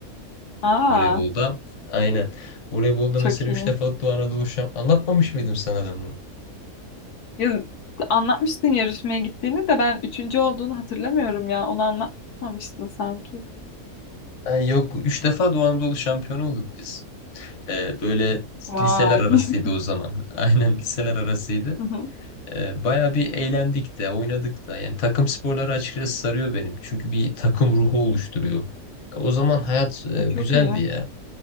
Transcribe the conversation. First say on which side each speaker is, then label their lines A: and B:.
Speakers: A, on the left; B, on the left.
A: Aa,
B: voleybolda. Aynen. Voleybolda
A: çok
B: mesela
A: iyi.
B: üç defa Doğu Anadolu şampiyonu. Anlatmamış mıydım sana ben bunu?
A: Ya, anlatmıştın yarışmaya gittiğini de ben üçüncü olduğunu hatırlamıyorum ya. Onu anlatmamıştın sanki.
B: Ay yok. Üç defa Doğu Anadolu şampiyonu olduk biz. Ee, böyle
A: Vay.
B: liseler arasıydı
A: <laughs>
B: o zaman. <laughs> Aynen liseler arasıydı.
A: Hı hı.
B: Ee, baya bir eğlendik de oynadık da. Yani takım sporları açıkçası sarıyor benim. Çünkü bir takım ruhu oluşturuyor. O zaman hayat e,
A: E, Çok
B: güzeldi
A: iyi.
B: ya.